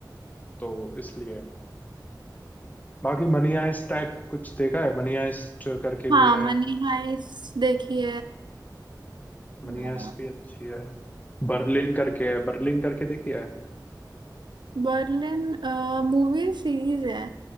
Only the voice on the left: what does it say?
तो इसलिए बाकी मनी हाइस्ट टाइप कुछ देखा है मनी हाइस्ट करके
भी है
मनी
हाइस्ट भी अच्छी है बर्लिन करके है बर्लिन करके देखी है